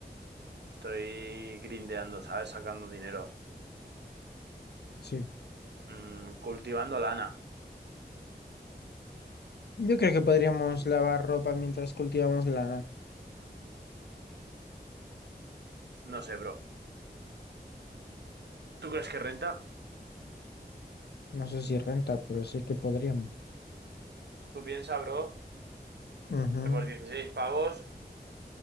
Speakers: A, on the right; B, on the left.
A: Estoy grindeando, ¿sabes? Sacando dinero.
B: sí.
A: Mm, cultivando lana.
B: Yo creo que podríamos lavar ropa mientras cultivamos lana.
A: No sé, bro. ¿Tú crees que renta?
B: No sé si renta, pero sé que podríamos.
A: Tú piensa, bro,
B: Ujú,
A: que por 16 pavos